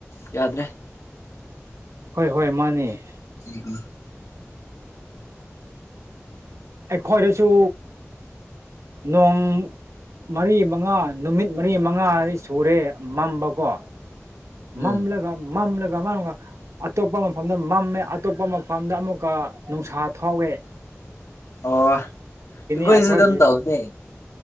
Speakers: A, on the left (about 85°); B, on the right (about 80°).
A: ꯌꯥꯗ꯭ꯔꯦ
B: ꯍꯣꯏ ꯍꯣꯏ ꯃꯥꯅꯤ
A: ꯊꯣ
B: ꯑꯩꯈꯣꯏꯗꯁꯨ ꯅꯣꯡ ꯃꯔꯤ ꯃꯉꯥ ꯅꯨꯃꯤꯠ ꯃꯔꯤ ꯃꯉꯥ ꯁꯨꯔꯦ ꯃꯝꯕꯀꯣ
A: ꯎꯝ
B: ꯃꯝꯂꯒ ꯃꯝꯂꯒ ꯃꯝꯂꯒ ꯑꯇꯣꯞꯄ ꯃꯐꯝꯗ ꯃꯝꯃꯦ ꯑꯇꯣꯞꯄ ꯃꯐꯝꯗ ꯑꯃꯨꯛꯀ ꯅꯨꯡꯁꯥ ꯊꯥꯎꯋꯦ
A: ꯑꯣ ꯀꯣꯏꯁꯨꯗꯝ
B: ꯑꯩꯈꯣꯏꯒꯤ
A: ꯇ ꯍꯧꯅꯦ